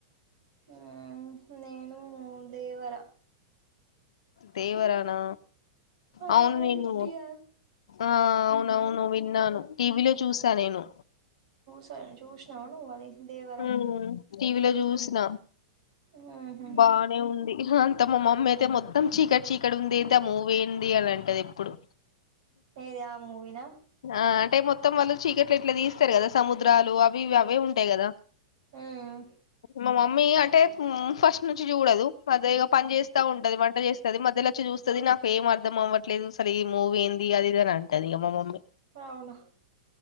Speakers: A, on the right (about 65°); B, on the left (about 80°).
A: ఉమ్ నేను దేవర
B: దేవరానా
A: ఆ
B: అవ్ను నేను
A: ఎన్టీఆర్
B: ఆ అవ్నవును విన్నాను టీవీలో చూసా నేను
A: తనను చూస్నావ నువ్ అది దేవర
B: ఉహ్మ్ టీవీలో చూసిన
A: మ్మ్ హ్మ్
B: బానే ఉంది అంత మామ్మ మ్మి అయితే మొత్తం చీకట్ చీకటుంది ఏంది ఆ మూవ్ ఎంది అని అంటది ఎప్పుడు
A: ఏది ఆ మూవినా
B: ఆ అంటే మొత్తం వాళ్ళు చీకట్ల ఇట్లా తీస్తారు కదా సముద్రాలు అవి ఇవి అవే ఉంటాయ్ కదా
A: మ్మ్
B: మామమ్ మ్మీ అంటే ఫస్ట్ నుంచి చూడదు మధ్యగా పని చేస్తా ఉంటది వంట చేస్తది మధ్యలచ్చి చూస్తది నాకు ఏం అర్ధం అవ్వట్లేదు అసలే మూవీ ఏంది అది ఇదిని అంటది ఇగ మా మమ్మీ
A: అవున